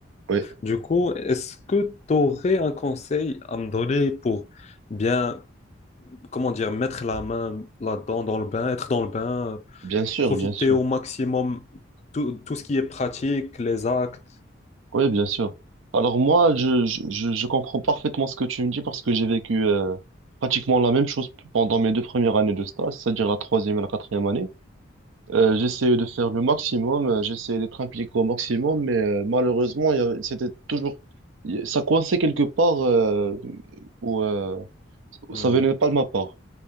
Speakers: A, on the right; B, on the left.
A: oui,
B: Du coup, est-ce que tu aurais un conseil à me donner pour bien, comment dire, mettre la main là-dedans, dans le bain, être dans le bain?
A: bien sûr,
B: profiter
A: bien sûr.
B: au maximum tout, tout ce qui est pratique, les actes.
A: Oui, bien sûr. Alors moi, je, je, je je comprends parfaitement ce que tu me dis parce que j'ai vécu euh, pratiquement la même chose pendant mes deux premières années de stage, c'est-à-dire la troisième et la quatrième année. Euh, j'essayais de faire le maximum, euh, j'essayais d'être impliqué au maximum, mais euh, malheureusement, il y avait- c'était toujours, y- ça coinçait quelque part euh, où euh,
B: Mhm.
A: ça venait pas de ma part.